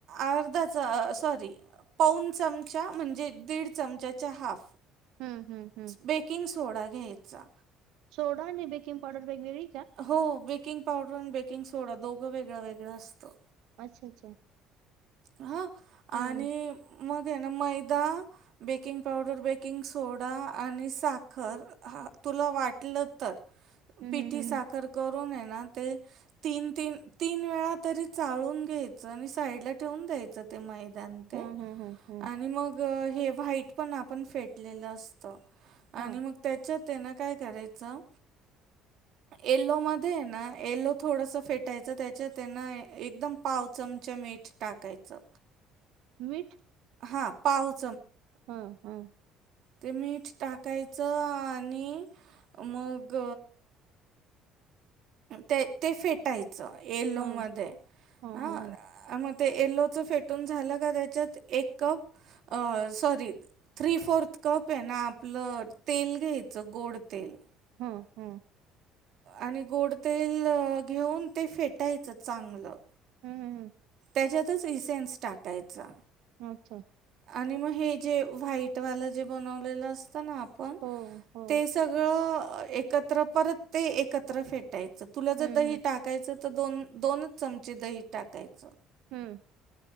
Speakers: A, on the right; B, on the right.
A: अर्धाचा सॉरी. पाऊण चमचा म्हणजे दीड चमचाचा हाफ.
B: हम्म हम्म हम्म
A: बेकिंग सोडा घ्यायचा.
B: सोडा न बेकिंग पवडर बेगवेेगरी
A: हो बेकिंग पावडर आणि बेकिंग सोडा दोघं वेगळं वेगळं असतं.
B: अच्छा अच्छा.
A: हा
B: हम्म
A: आणि मग ना मैदा बेकिंग पावडर बेकिंग सोडा आणि साखर हा. तुला वाटलं तर
B: हम्म
A: पिठी
B: हम्म
A: साखर करून तीन-तीन ते तीन वेळा तरी चाळून घ्यायचं आणि साईडला. ठेून द्यायच ते मैद ते
B: हम्म हम्म हम्म हम्म हम्म
A: आणि मग हे व्हाईट पण आपण फेटलेलं असत आणि
B: हा
A: मग त्याच्यात त्यांना काय करायचं.
B: <inaudible>
A: येल्लो मध्ये ना येल्लो थोडस फेटायचं त्याच्यात ना एकदम पाव चमचा मीठ. टाकायचं.
B: मीठ.
A: हा पाऊस
B: हा हा.
A: ते मीठ टाकायचं आणि मग ते ते फेटायचं येलो
B: हा
A: मध्ये
B: हा
A: अ
B: हा हा
A: म ते एल्लोच फेटून झालं का त्याच्यात एक कप. अ सॉरी थ्री फोर्थ कप आहे ना आपलं तेल घ्यायचं गोड तेल
B: हा हा.
A: आणि गोड तेल घेऊन ते फेटायचं चागलं.
B: हम्म हम्म
A: त्याच्यातच इसेन्स टाकायचं.
B: अच्छा.
A: आणि मग हे जे व्हाईट वाल जे बनवलेलं असतं ना आप पण
B: हो हो
A: ते सगळं एकत्र परत ते एकत्र फेट. तुला जर
B: हम्म
A: दही
B: हम्म
A: टाकायचं तर दोन दोनच चमचे दही टाकायचं.
B: हम.